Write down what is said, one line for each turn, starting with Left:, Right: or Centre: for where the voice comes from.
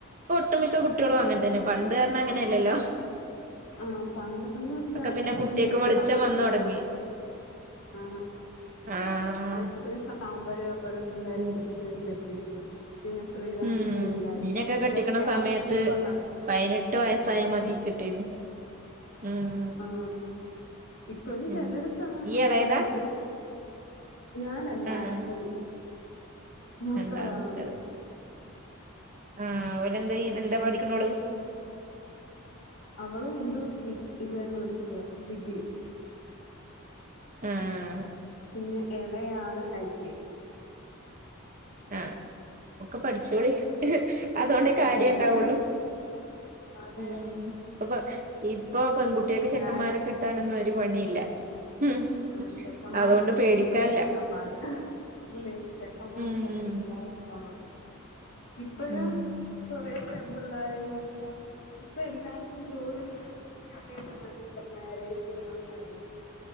Right: ഇഷ്ട മിക്ക കുട്ടികളും അങ്ങനെ തന്നെ പണ്ട് കാരണം അങ്ങനെയ അല്ലല്ലോ
Left: ആഹ പണ്ടൊന്ന് വെച്ചാൽ
Right: പിന്നെ കുട്ടിയക്ക്
Left: കെട്ടി
Right: വെളിച്ചം
Left: പാലെട്ട്
Right: വന്ന് തൊടങ്ങി
Left: വയസ് ആ
Right: ആഹ്
Left: അ സാമ്പഴ ഓരോ പിള്ളേരെ
Right: ഉം
Left: പിടിിച്ച എത്തിട്ടു പിന്നെ സ്ത്രീധനത്തിന്റെ
Right: ഉം
Left: വഴലാടി
Right: ഇന്നെയൊക്കെ കെട്ടിക്കണ
Left: അതൊക്കെയാണ്
Right: സമയത്ത്
Left: ഇപ്പ നടക്ക
Right: പതിനെട്ട് വയസ്സായ
Left: ഉ
Right: മതിച്ചിട്ടേന്ന്
Left: ആണ
Right: ഉം
Left: ആണ് ഇപ്പഴും ചിലയിടത്താണ്
Right: ഉം ഇയ്യ്
Left: നടക്കുന്നുണ്ട്
Right: എളേതാ
Left: ഞാൻ രണ്ടാമത്തത്
Right: ആഹ്
Left: മൂത്തൊരാളുണ്ട്
Right: രണ്ടാമത്തത് ആഹ് ഓലേന്തേ എന്താ പഠിക്കണോള്
Left: അവളും ൻ്റെ ഇത് തന്നെ പഠിക്കുവാ ഡിഗ്രി
Right: ആഹ്
Left: പിന്നെ ഇളയാള് ഐ റ്റി ഐ
Right: ആഹ് ഒക്കെ പഠിച്ചോളി അതുകൊണ്ടേ കാര്യം
Left: അതെ അതെ
Right: ഇണ്ടാവുള്ളു
Left: അതെ
Right: ഉ അപ്പൊ ഇപ്പൊ പെൺകുട്ടിയൊക്ക് ചെക്കന്മാരെ
Left: നേരെ
Right: കിട്ടാനൊന്നും ഒരു പണിയില്ല ഉം
Left: ആ ചെക്കന്മാർക്കെ
Right: അതുകൊണ്ട് പേടിക്കാല്ല
Left: പെൺമ്പള്ളേര കിട്ടാൻ പാട് ഇല്ലേ? ചെക്കന്മാർക്ക്
Right: ഉം
Left: പെൺപിള്ളേരെ കിട്ടാൻ പാട് ഇപ്പഴും
Right: ഉം
Left: കൊറ പെമ്പിള്ളാര് എന്ന് വെച്ചാൽ ഇപ്പൊ എല്ലാർക്കും ജോലി കിട്ടിയിട്ട് മതി മാരേജ് അങ്ങനെയാണ്